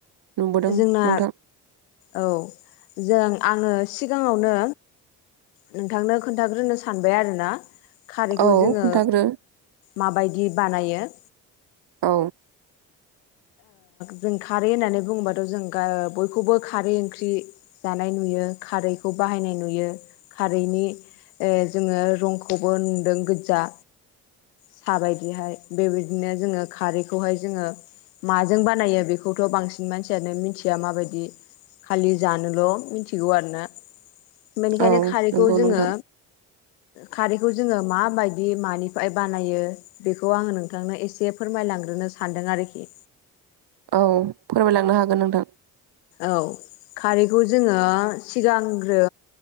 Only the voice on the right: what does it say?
नुबोदों
नोंथां
औ
खोन्थाग्रो
औ
औ
नंगौ
नोंथां
औ फोरमायलांनो हागोन नोंथां